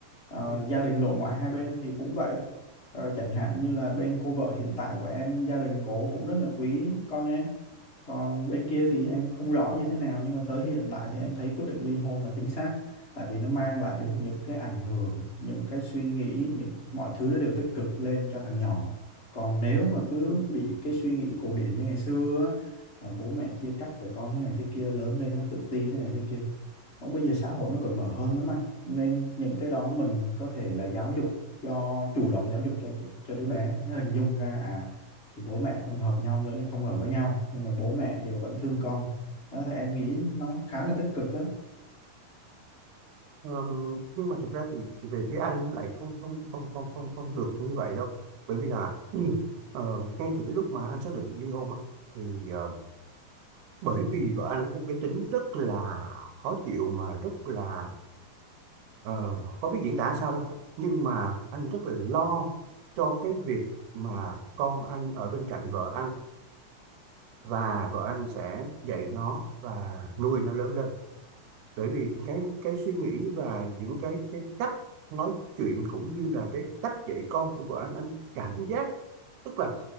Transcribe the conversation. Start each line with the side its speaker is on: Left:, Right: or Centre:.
Left: Ờ,
Right: ừ,
Left: gia đình nội ngoại hai bên thì cũng vậy Ờ, chẳng hạn như là bên cô vợ hiện tại của em gia đình cổ cũng rất là quý con em còn bên kia thì
Right: ừ,
Left: em không rõ như thế nào nhưng mà tới hiện tại thì em thấy quyết định ly hôn là chính xác tại vì nó mang lại được
Right: ừ,
Left: những cái ảnh hưởng những cái suy nghĩ những mọi thứ nó đều tích cực lên cho thằng nhỏ còn nếu mà cứ
Right: ừ.
Left: bị cái suy nghĩ cổ điển như ngày xưa á, ờ, bố mẹ chia cách rồi con thế này thế kia lớn lên nó tự ti thế này thế kia cũng bây giờ xã hội nó cởi mở hơn lắm anh nên những cái đó mình có thể là giáo dục cho chủ động giáo dục cho t- cho đứa bé nó hình dung ra à thì bố mẹ không hợp nhau nữa nên không ở với nhau nhưng mà bố mẹ đều vẫn thương con đó thì em nghĩ nó khá là tích cực á
Right: Ờm, nhưng mà thực ra thì về phía anh nó lại không không không không không không được như vậy đâu bởi vì là ừ, ờ, ngay từ cái lúc mà anh xác định ly hôn á, thì ờ, bởi vì vợ anh có một cái tính rất là khó chịu mà rất là ờ, khó biết diễn tả sao đâu nhưng mà anh rất là lo cho cái việc mà con anh ở bên cạnh vợ anh và vợ anh sẽ dạy nó và nuôi nó lớn lên bởi vì cái cái suy nghĩ và những cái cái cách nói chuyện cũng như là cái cách dạy con của vợ anh anh cảm giác tức là